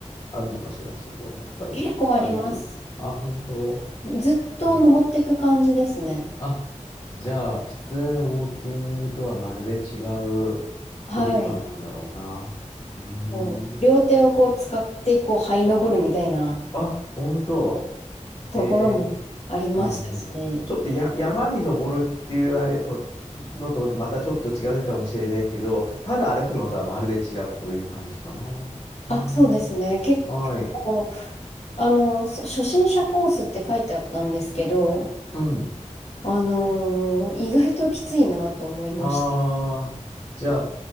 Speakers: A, on the left (about 25°); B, on the left (about 60°).
A: あるのかしら、そこはやっぱり。
B: 結構あります。
A: 歩きにくい。あ、本当
B: ずっと登っていく感じですね。
A: おあ、じゃあ、普通のウォーキングとはまるで違う距離感なんだろうな。
B: はい。
A: うー
B: こう、
A: ん。
B: 両手をこう使って、こう、這い登るみたいな
A: あ、本当。
B: ところもありましたし、
A: ええ、なるほど。ちょっとや、山に登るっていうあれほのとまたちょっと違うかもしれないけど、ただ歩くのとはまるで違うという感じかな。うん。
B: あ、そうですね。け結構、
A: はい。
B: あの、そ初心者コースって書いてあったんですけど、
A: うん。
B: あのー意外ときついなと思いました。
A: ああ、じゃあ、